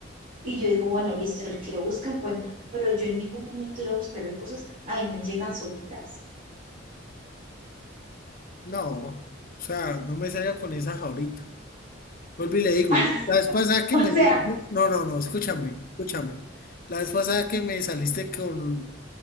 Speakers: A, on the right; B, on the left.
A: y yo digo, bueno, listo, el que busca encuentra, pero yo en ningún momento iba a buscar las cosas, a mí me llegan solitas.
B: No, o sea, no me salga con esas ahorita. Vuelvo y le digo,
A: <laughs>
B: la vez pasada que
A: O
B: me
A: sea,
B: di, no, no, no, no, escúchame, escúchame. La vez pasada que me saliste con,